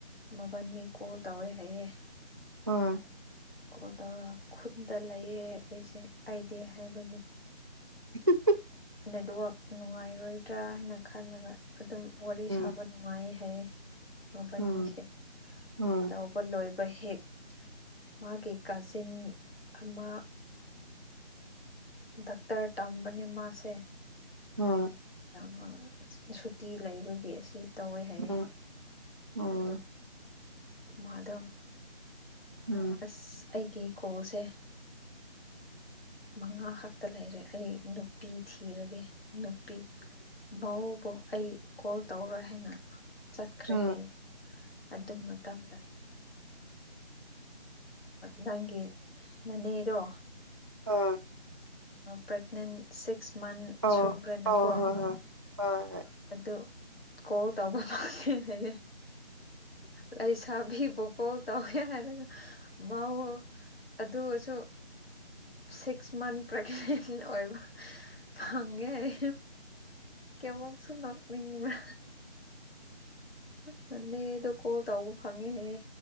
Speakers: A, on the left; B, on the right.
A: ꯃꯕꯥꯅꯤ ꯀꯣꯜ ꯇꯧꯋꯦ ꯍꯥꯏꯌꯦ
B: ꯎꯝ
A: ꯀꯣꯜ ꯇꯧꯔꯒ ꯈꯨꯜꯗ ꯂꯩꯌꯦ ꯑꯩꯁꯦ ꯑꯩꯗꯤ ꯍꯥꯏꯕꯒꯤ
B: <inaudible>
A: ꯅꯦꯠꯋꯛ ꯅꯨꯡꯉꯥꯏꯔꯣꯏꯗ꯭ꯔꯥ ꯍꯥꯏꯅ ꯈꯜꯂꯒ ꯑꯗꯨꯝ ꯋꯥꯔꯤ
B: ꯎꯝ
A: ꯁꯥꯕ ꯅꯨꯡꯉꯥꯏ ꯅꯨꯡꯉꯥꯏ ꯍꯥꯏꯌꯦ ꯃꯕꯥꯅꯤꯁꯦ
B: ꯎꯝ ꯎꯝ
A: ꯇꯧꯕ ꯂꯣꯏꯕ ꯍꯦꯛ ꯃꯥꯒꯤ ꯀꯥꯖꯤꯟ ꯑꯃ ꯗꯥꯛꯇꯔ ꯇꯝꯕꯅꯦ ꯃꯥꯁꯦ
B: ꯎꯝ
A: ꯃ ꯁꯨꯇꯤ ꯂꯩꯕꯒꯤ ꯑꯁꯤ ꯇꯧꯋꯦ ꯍꯥꯏꯌꯦ
B: ꯎꯝ ꯎꯝ
A: ꯑꯗꯨꯝ ꯃꯗꯝ
B: ꯎꯝ
A: ꯑꯁ ꯑꯩꯒꯤ ꯀꯣꯁꯦ ꯃꯉꯥ ꯈꯛꯇ ꯂꯩꯔꯦ ꯑꯩ ꯅꯨꯄꯤ ꯊꯤꯔꯒꯦ ꯅꯨꯄꯤ ꯚꯎꯕꯨ ꯑꯩ ꯀꯣꯜ ꯇꯧꯔꯣꯏ ꯍꯥꯏꯅ ꯆꯠꯈ꯭ꯔꯦ
B: ꯎꯝ
A: ꯍꯥꯏꯌꯦ ꯑꯗꯨ ꯃꯇꯝꯗ ꯅꯪꯒꯤ ꯅꯅꯦꯗꯣ
B: ꯑꯣ
A: ꯄ꯭ꯔꯦꯒꯅꯦꯟ ꯁꯤꯛꯁ ꯃꯟꯠ
B: ꯑ
A: ꯁꯨꯈ꯭ꯔꯦꯅꯀꯣ
B: ꯍꯣꯏ ꯍꯣꯏ ꯍꯣꯏ <inaudible>
A: ꯑꯗꯨ ꯀꯣꯜ ꯇꯧꯕ ꯐꯪ <unintelligible> ꯍꯌꯦ ꯂꯩꯁꯥꯕꯤ ꯕꯣ ꯀꯣꯜ ꯇꯧꯒꯦ ꯍꯥꯏꯔꯒ ꯃꯧ ꯑꯗꯨ ꯑꯣꯏꯁꯨ ꯁꯤꯛꯁ ꯃꯟ ꯄ꯭ꯔꯒꯅꯦꯟ ꯑꯣꯏꯕ ꯐꯒꯦ ꯍꯥꯏ ꯀꯦꯃꯝꯁꯨꯨꯝ ꯅꯅꯤꯡꯕ꯭ꯔꯥ ꯃꯅꯤꯦ ꯑꯗꯨ ꯀꯣꯜ ꯇꯧꯕ ꯐꯪꯉꯦ ꯍ